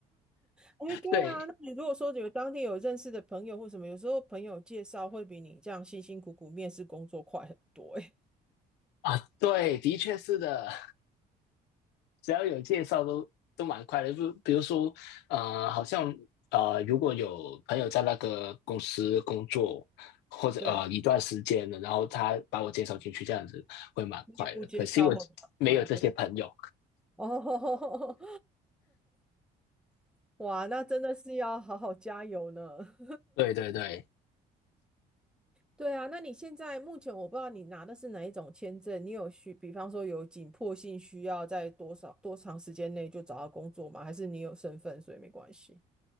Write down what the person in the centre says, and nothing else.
哎，对啊，
那你如果说有当地有认识的朋友或什么，有时候朋友介绍会比你这样辛辛苦苦面试工作快很多、哎，
<laughs> 对，
内部介绍会比较快，
对。哦，<laughs> 哇，那真的是要好好加油呢。
对啊，那你现在目前我不知道你拿的是哪一种签证，你有需，比方说有紧迫性需要在多少多长时间内就找到工作吗？还是你有身份，所以没关系？